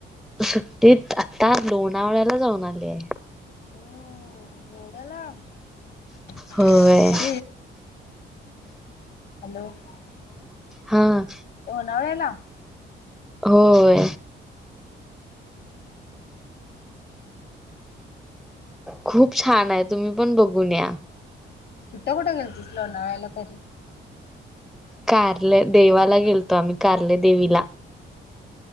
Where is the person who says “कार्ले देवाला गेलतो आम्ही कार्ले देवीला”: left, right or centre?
Centre